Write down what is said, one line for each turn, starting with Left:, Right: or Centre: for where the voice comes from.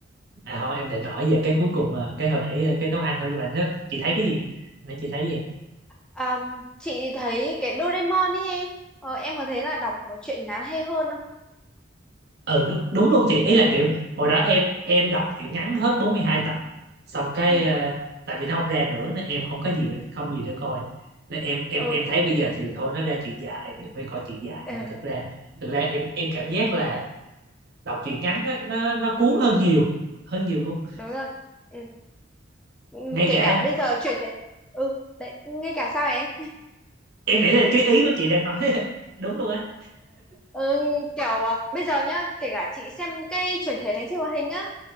Right: à, thôi em định hỏi về cái cuối cùng à, cái hồi nãy à, cái nấu ăn thôi nhưng mà nó, chị thấy cái gì nãy chị thấy gì
Centre: Ờm, chị thấy cái Doraemon ấy em ờ, em có thấy là đọc một truyện ngắn hay hơn không
Right: ừ đúng, đúng luôn chị ý là kiểu hồi đó em em đọc truyện ngắn hết 42 tập xong cái
Centre: ừ
Right: ờ, tại vì nó không ra nữa nên em không có gì để, không gì để coi nên em em
Centre: ừ
Right: em thấy bây giờ thì thôi nó ra truyện dài thì phải coi truyện dài
Centre: ừ,
Right: nhưng mà thực ra thực ra em em cảm giác là đọc
Centre: ừ
Right: truyện ngắn á, nó nó cuốn hơn nhiều hơn nhiều luôn
Centre: đúng rồi ừ. ừ,
Right: ngay
Centre: kể
Right: cả
Centre: cả bây giờ chuyển thể ừ đấy ngay cả sao em
Right: em nghĩ là cái ý của chị đang nói <laughs> đúng luôn á
Centre: ừ, kiểu à, bây giờ nhá kể cả chị xem cái chuyển thể thành phim hoạt hình á